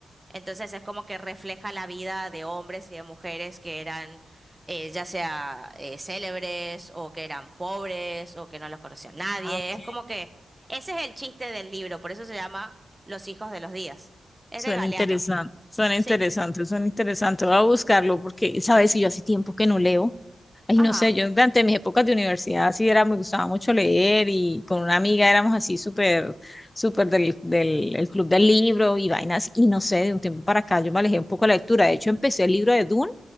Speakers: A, on the right; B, on the left.
A: Entonces es como que refleja la vida de hombres y de mujeres que eran eh, ya sea eh, célebres o que eran pobres o que no los conocía nadie.
B: Ah, ok.
A: Es como que ese es el chiste del libro, por eso se llama Los hijos de los días. Es
B: Suena
A: de Galeano.
B: interesante. Suena interesante,
A: Sí.
B: suena interesante. Voy a buscarlo porque, sabes, que yo hace tiempo que no leo. Ay,
A: Ajá.
B: no sé, yo durante mis épocas de universidad sí era, me gustaba mucho leer y con una amiga éramos así súper, súper del, del el club del libro y vainas. Y no sé, de un tiempo para acá yo me alejé un poco de la lectura. De hecho, empecé el libro de Duna